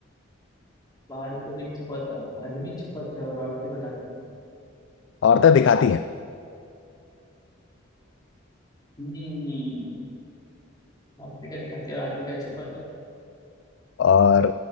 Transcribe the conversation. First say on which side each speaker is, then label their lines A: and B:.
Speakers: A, on the left; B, on the left.
A: बाल तो नहीं छुपाता आदमी छुपाता है और औरतें बताती हैं।
B: औरतें दिखाती हैं
A: हम्म औरतें क्या दिखाती है और आदमी क्या छुपाता
B: और